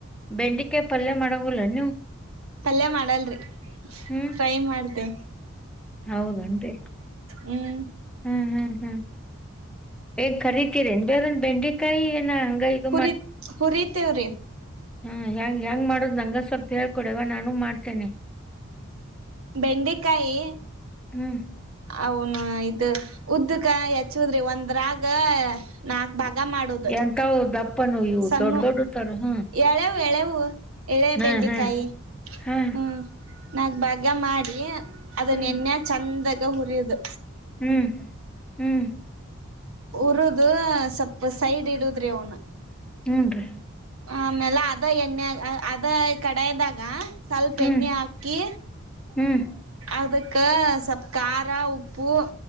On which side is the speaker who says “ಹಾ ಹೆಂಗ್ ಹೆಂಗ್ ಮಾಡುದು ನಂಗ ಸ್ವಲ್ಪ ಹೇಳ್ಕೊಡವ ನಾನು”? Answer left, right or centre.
Centre